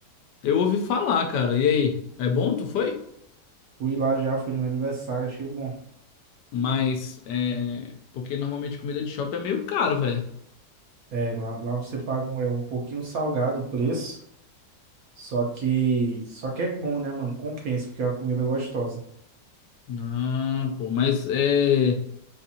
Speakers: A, on the left; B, on the right.
A: Eu ouvi falar, cara, e aí? É bom? Tu foi?
B: Fui lá já, fui no meu aniversário, achei bom.
A: Mas, é... Porque normalmente comida de shopping é meio caro, velho.
B: É, lá, lá você paga um, é, um pouquinho salgado o preço, só que, só que é bom, né, mano? Compensa, porque é uma comida gostosa.
A: Ah, pô, mas é...